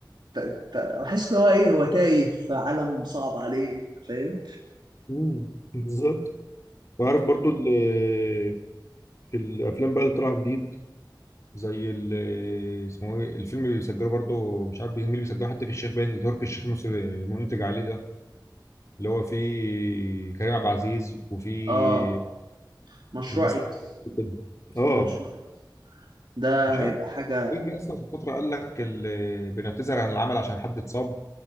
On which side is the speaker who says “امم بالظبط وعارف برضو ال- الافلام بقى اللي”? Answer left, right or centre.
Left